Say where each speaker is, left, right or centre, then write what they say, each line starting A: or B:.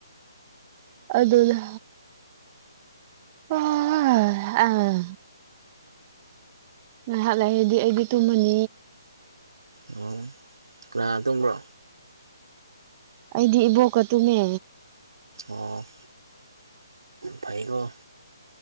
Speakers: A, on the right; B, on the right.
A: ꯑꯗꯨꯅ ꯑꯣ <unintelligible> ꯑꯥ ꯉꯥꯏꯍꯥꯛ ꯂꯩꯔꯗꯤ ꯑꯩꯗꯤ ꯇꯨꯝꯃꯅꯤ
B: ꯑꯣ ꯀꯥꯟꯅ ꯀꯟꯅꯥ ꯇꯨꯝꯕ꯭ꯔꯣ
A: ꯑꯩꯗꯤ ꯏꯕꯣꯛꯀꯇꯨꯝꯃꯦ
B: ꯑꯣ ꯐꯩꯀꫭ